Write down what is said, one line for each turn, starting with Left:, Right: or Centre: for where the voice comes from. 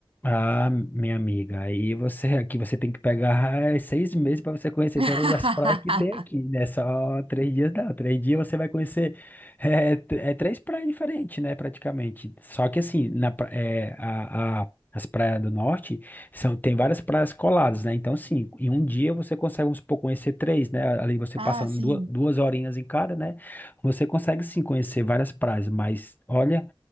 Left: Ah, minha amiga, aí você aqui você tem que pegar seis meses para você conhecer
Right: <laughs>
Left: todas as praias que tem aqui, né? Só três dias não. Três dias você vai conhecer é, tr- é três praias diferentes, né? Praticamente. Só que assim, na, pra- é, a, a- as praias do norte são, tem várias praias coladas, né? Então, sim, em um dia você consegue, vamos supor, conhecer três, né? Ali você
Right: Ah,
Left: passando
Right: sim.
Left: duas, duas horinhas em cada, né? Você consegue sim conhecer várias praias, mas olha.